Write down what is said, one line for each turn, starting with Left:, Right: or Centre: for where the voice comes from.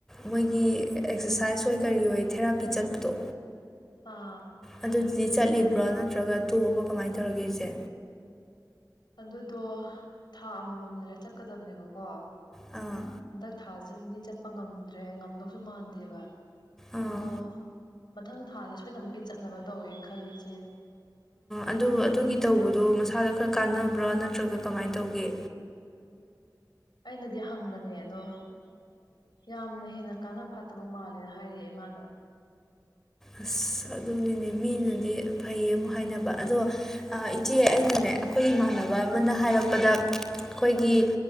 Centre: ꯃꯣꯏꯒꯤ ꯑꯦꯛꯁꯔꯁꯥꯏꯁ ꯑꯣꯏ ꯀꯔꯤ ꯑꯣꯏ ꯊꯦꯔꯥꯄꯤ ꯆꯠꯄꯗꯣ
Left: ꯑꯥ
Centre: ꯑꯗꯨꯗꯤ ꯆꯠꯂꯤꯕ꯭ꯔꯣ ꯅꯠꯇ꯭ꯔꯒ ꯇꯣꯛꯑꯕꯣ ꯀꯃꯥꯏꯟ ꯇꯧꯔꯒꯦ ꯏꯆꯦ
Left: ꯑꯗꯨꯗꯣ ꯊꯥ ꯑꯃꯃꯝ ꯂꯩꯔꯥ ꯆꯠꯀꯗꯕꯅꯦꯕꯀꯣ
Centre: ꯑꯥ
Left: ꯍꯟꯗꯛ ꯊꯥꯖꯤꯝꯗꯤ ꯆꯠꯄꯥ ꯉꯝꯗ꯭ꯔꯦ ꯉꯝꯗꯧꯁꯨ ꯃꯥꯟꯗꯦꯕꯥ
Centre: ꯑꯥ
Left: ꯑꯗꯣ ꯃꯊꯪ ꯊꯥꯥꯖꯦ ꯁꯣꯏꯗꯅꯃꯛꯀꯤ ꯆꯠꯅꯕ ꯇꯧꯒꯦꯅ ꯈꯜꯂꯤ ꯏꯆꯦ
Centre: ꯑꯗꯨ ꯑꯗꯨꯒꯤ ꯇꯧꯕꯗꯣ ꯃꯁꯥꯗ ꯈꯔ ꯀꯥꯟꯅꯕ꯭ꯔꯥ ꯅꯠꯇ꯭ꯔꯥꯒ ꯀꯃꯥꯏꯟ ꯇꯧꯒꯦ
Left: ꯑꯩꯅꯗꯤ ꯍꯪꯕꯅꯦ ꯑꯗꯣ ꯌꯥꯝ ꯍꯦꯟꯅ ꯀꯥꯟꯅ ꯐꯥꯠꯇꯕ ꯃꯥꯜꯂꯦ ꯍꯥꯏꯔꯛꯑꯦ ꯃꯥꯅꯥ
Centre: ꯑꯁ ꯑꯗꯨꯅꯤꯅꯦ ꯃꯤꯅꯗꯤ ꯐꯩ ꯑꯃꯨꯛ ꯍꯥꯏꯅꯕ ꯑꯗꯣ ꯏꯆꯦ ꯑꯩꯅꯅꯦ ꯑꯩꯈꯣꯏ ꯏꯃꯥꯟꯅꯕꯥ ꯑꯃꯅ ꯍꯥꯏꯔꯛꯄꯗ ꯑꯩꯈꯣꯏꯒꯤ